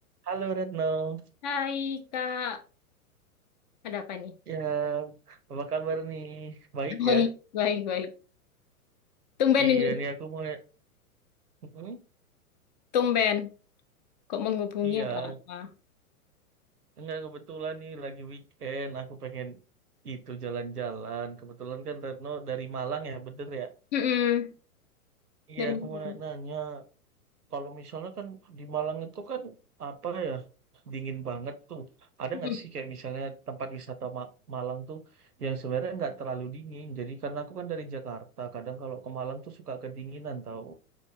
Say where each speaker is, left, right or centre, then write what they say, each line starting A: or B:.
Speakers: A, on the right; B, on the left.
A: Halo Retno,
B: Hai Kak, ada apa nih?
A: ya apa kabar nih? Baik
B: Baik,
A: ya?
B: Baik, baik. Tumben
A: Iya
B: ini,
A: nih aku mau, Mm-mm.
B: tumben. Kok menghubungi
A: iya,
B: ada apa?
A: enggak kebetulan nih lagi weekend, aku pengen itu jalan-jalan. Kebetulan kan Retno dari Malang ya, bener ya?
B: Mm-mm.
A: Iya
B: Dari
A: aku mau
B: Malang.
A: nanya, kalau misalnya kan di Malang itu kan apa ya, dingin banget tuh. Ada
B: Mm-mm.
A: nggak sih kayak misalnya tempat wisata Ma- Malang tuh yang sebenarnya nggak terlalu dingin. Jadi karena aku kan dari Jakarta, kadang kalau ke Malang tuh suka kedinginan tau.